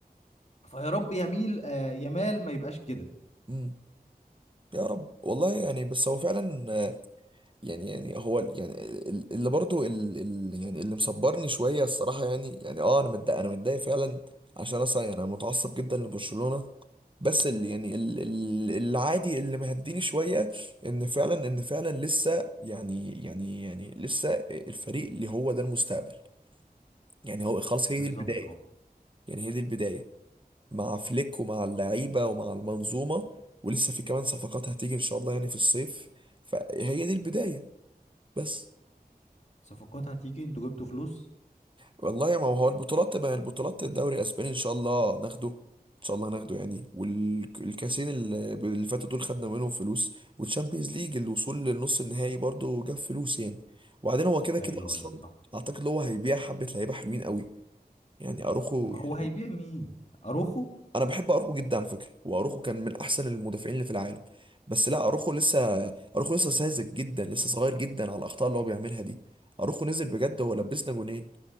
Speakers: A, on the left; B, on the right.
A: فيا رب يميل آه يمال ما يبقاش كده
B: امم يا رب والله يعني بس هو فعلا يعني يعني هو ال- يعني ال- اللي برضو ال- ال- يعني اللي مصبرني شويه الصراحه يعني يعني اه انا متضايق انا متضايق فعلا عشان اصلا يعني انا متعصب جدا لبرشلونه بس اللي يعني ال- ال- العادي اللي مهديني شويه ان فعلا ان فعلا لسه يعني يعني يعني لسه الفريق اللي هو ده المستقبل يعني هو خلاص هي
A: بالظبط
B: دي البدايه
A: اه
B: يعني هي دي البدايه مع فليك ومع اللعيبه ومع المنظومه ولسه في كمان صفقات هتيجي ان شاء الله يعني في الصيف فهي دي البدايه بس
A: صفقات هتيجي انتوا جبتوا فلوس
B: والله يا ما هو البطولات تبقى البطولات الدوري الاسباني ان شاء الله ناخده ان شاء الله ناخده يعني والكاسين اللي اللي فاتوا دول خدنا منهم فلوس والتشامبيونز ليج الوصول للنص النهائي برضو جاب فلوس يعني وبعدين هو كده كده
A: ايوه
B: اصلا
A: ايوه صح
B: اعتقد هو هيبيع حبة لعيبة حلوين قوي يعني اروخو
A: ما
B: يعني
A: هو هيبيع مين اروخو
B: انا بحب اروخو جدا على فكرة واروخو كان من احسن المدافعين اللي في العالم بس لا اروخو لسه اروخو لسه ساذج جدا لسه صغير جدا على الاخطاء اللي هو بيعملها دي اروخو نزل بجد هو لبسنا جونين